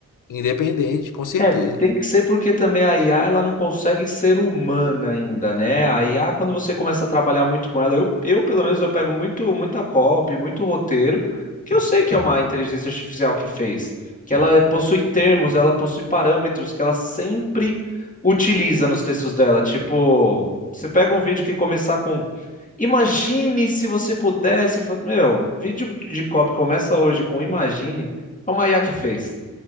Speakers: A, on the left (about 65°); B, on the left (about 20°).
A: independente, com certeza.
B: É, tem que ser porque também a IA ela não consegue ser humana ainda, né? A IA, quando você começa a trabalhar muito com ela, eu, eu pelo menos eu pego muito muita copy, muito roteiro, que eu sei que é uma inteligência artificial que fez, que ela possui termos, ela possui parâmetros que ela sempre utiliza nos textos dela. Tipo, você pega um vídeo que começar com Imagine se você pudesse. fa- Meu, vídeo de cop começa hoje com Imagine. É o Maiá que fez.